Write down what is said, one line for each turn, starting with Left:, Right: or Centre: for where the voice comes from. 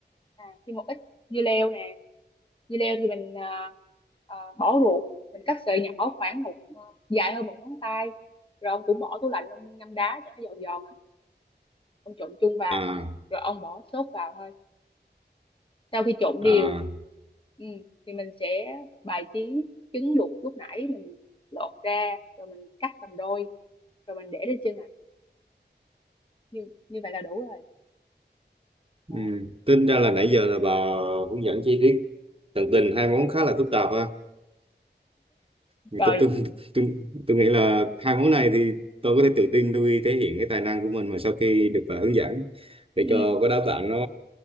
Left: à, thêm một ít dưa leo nè dưa leo thì mình à, à, bỏ ruột mình cắt sợi nhỏ khoảng một à, dài hơn một ngón tay rồi ông cũng bỏ tủ lạnh ông ngâm đá cho nó giòn giòn á ông trộn chung vào
Right: à
Left: rồi ông bỏ sốt vào thôi sau khi trộn
Right: à
Left: đều ừ, thì mình sẽ bài trí trứng luộc lúc nãy mình lột ra rồi mình cắt làm đôi rồi mình để lên trên mặt như như vậy là đủ rồi
Right: ừ.
Left: rồi,
Right: tính ra là nãy giờ là bà hướng dẫn chi tiết tận tình hai món khá là phức tạp ha Thì
Left: <laughs> rồi.
Right: tôi, tôi, tôi, tôi nghĩ là hai món này thì tôi có thể tự tin tôi thể hiện cái tài năng của mình mà sau khi được bạn hướng dẫn để
Left: ừ,
Right: cho cái đáp bạn nó